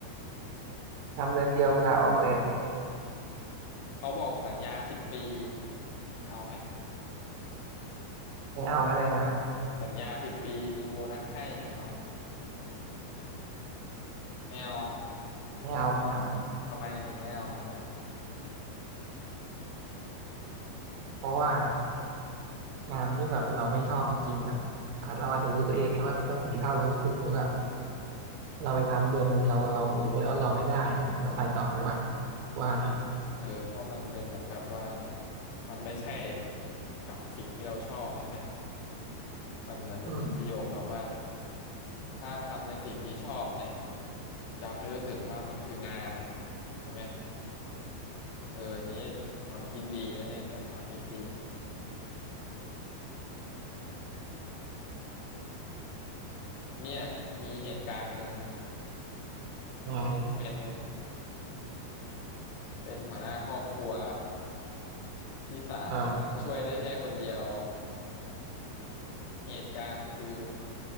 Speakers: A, on the right; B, on the left.
A: ทำเดือนเดียวกูลาออกเลย
B: เขาบอกสัญญาสิบปีเอาไหม
A: ไม่เอาก็ได้กันนะ
B: สัญญาสิบปีมีโบนัสให้เอาไม่เอา
A: ไม่เอาไม่เอา
B: ทำไมถึงไม่เอาเพื่อน
A: เพราะว่างานที่แบบเราไม่ชอบจริงๆแบบอาจเราอาจจะรู้ตัวเองไงว่าประสิทธิภาพเราไม่ถึงหรือเปล่าเราไปทำเดือนหนึ่งเราเรารู้แล้วว่าเราไม่ได้มันก็ไปต่อไม่ไหวว่านะ
B: เออเพราะมันเป็นเหมือนแบบว่ามันไม่ใช่กับสิ่งที่เราชอบใช่ไหม มันเหมือนมันมีประโยคแบบว่า
A: อืม
B: ถ้าทำในสิ่งที่ชอบเนี่ยจะไม่รู้สึกว่ามันคืองานใช่ไหมเอออันนี้ความคิดดีนะเนี่ยเพื่อนความคิดดีเนี่ยมีเหตุการณ์หนึ่ง
A: อ่า
B: มึงเป็นเป็นหัวหน้าครอบครัวที่สามารถช่วยได้แค่คนเดียว
A: อ่า
B: เหตุการณ์คือ